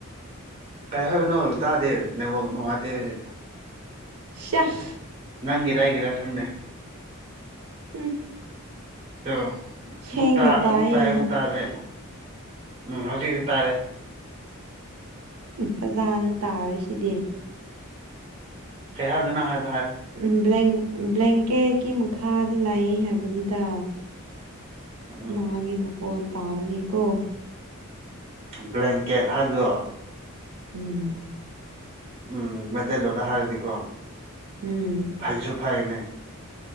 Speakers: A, on the right; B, on the right.
A: ꯀꯩ ꯍꯥꯏꯕꯅꯣ ꯇꯥꯗꯦ ꯅꯋꯥꯛ ꯅꯨꯡꯉꯥꯏꯇꯦ ꯍꯧꯖꯤꯛ
B: ꯁꯦꯛ
A: ꯅꯪꯒꯦꯔꯥ ꯍꯥꯏꯒꯦꯔꯥ ꯈꯪꯗꯦ
B: ꯎꯝ
A: ꯑ
B: ꯁꯦꯡꯅ
A: ꯑꯃꯨꯛ
B: ꯇꯥꯏꯌꯦ
A: ꯑꯃꯨꯛ ꯇꯥꯏꯔꯦ ꯑꯃꯨꯛ ꯇꯥꯔꯦ ꯎꯝ ꯍꯧꯖꯤꯛꯛꯇꯤ ꯇꯥꯔꯦ
B: ꯎꯝ ꯐꯖꯥꯅ ꯇꯥꯔꯤꯁꯤꯗꯤ
A: ꯐ ꯍꯥꯏꯗꯅ ꯍꯥꯏꯕ
B: ꯎꯝ ꯕ꯭ꯂꯦꯡꯀꯦꯠꯀꯤ ꯃꯈꯥꯗ ꯂꯥꯛꯏ ꯍꯥꯏꯕꯅꯤꯗ
A: ꯎꯝ
B: ꯃꯥꯒꯤꯦ ꯃꯈꯨꯀꯣꯟꯟ ꯇꯥꯕꯒꯦꯀꯣ
A: ꯕ꯭ꯂꯦꯡꯀꯦꯠ ꯍꯥꯏꯕꯗꯣ
B: ꯎꯝ
A: ꯎꯝ ꯃꯩꯇꯩꯂꯣꯟꯗ ꯍꯥꯏꯔꯗꯤꯀꯣ
B: ꯎꯝ
A: ꯐꯩꯁꯨ ꯐꯩꯅꯤ